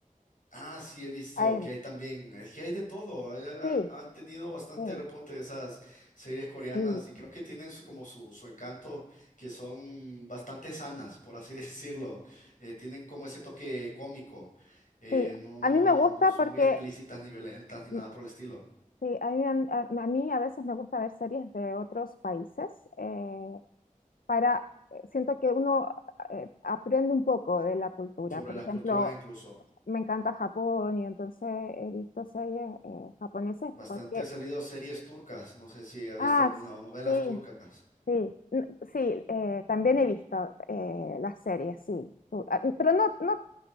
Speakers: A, on the left; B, on the left.
A: Ah, sí, he visto
B: Ay,
A: que hay también, es que hay de todo. hay- ha-
B: sí,
A: Han tenido bastante
B: sí,
A: repunte esas series coreanas
B: sí,
A: y creo que tienen su- como su, su encanto, que son bastante sanas, por así <laughs> decirlo. eh, tienen como ese toque cómico. eh,
B: sí.
A: no, no,
B: A mí me gusta
A: no son
B: porque,
A: muy explícitas ni violentas ni nada
B: mm,
A: por el estilo.
B: sí, a mí, a, a mí a veces me gusta ver series de otros países eh, para, eh, siento que uno eh, aprende un poco de la cultura.
A: Sobre
B: Por
A: las
B: ejemplo,
A: culturas incluso.
B: me encanta Japón y entonces he visto series eh, japonesas
A: Bastante
B: porque
A: han salido series turcas. No sé si ha visto
B: Ah,
A: alguna o novelas
B: sí,
A: turcas.
B: sí, N- sí, eh, también he visto eh, las series, sí. Tú- ah, Pero no, no,